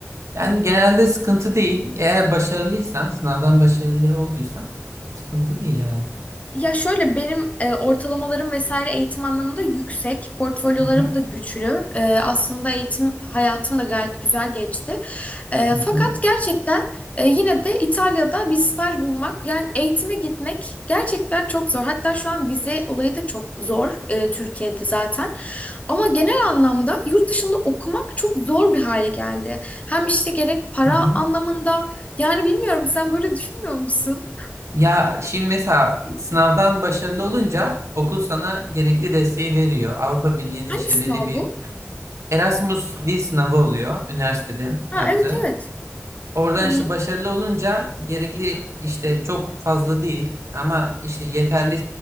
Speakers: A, on the right (about 80°); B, on the left (about 30°).
A: Yani genelde sıkıntı değil. Eğer başarılıysan, sınavdan başarılı olduysan sıkıntı değil yani.
B: Ya şöyle benim e, ortalamalarım vesaire eğitim anlamında yüksek, portfolyolarım
A: Hı hı,
B: da güçlü. E, aslında eğitim hayatım da gayet güzel geçti. E,
A: hı
B: fakat
A: hı,
B: gerçekten e, yine de İtalya'da bir staj bulmak, yani eğitime gitmek gerçekten çok zor. Hatta şu an vize olayı da çok zor e, Türkiye'de zaten. Ama genel anlamda yurt dışında okumak çok zor bir hale geldi. Hem işte gerek para
A: hı hı.
B: anlamında, yani bilmiyorum sen böyle düşünmüyor musun?
A: Ya şimdi mesela sınavdan başarılı olunca okul sana gerekli desteği veriyor. Avrupa Birliği'nin
B: Hangi
A: işte
B: sınav
A: belli bir
B: bu?
A: Erasmus dil sınavı oluyor üniversitede
B: Ha
A: yaptığı.
B: evet evet.
A: Oradan
B: Hı hı.
A: işte başarılı olunca gerekli işte çok fazla değil ama işte yeterli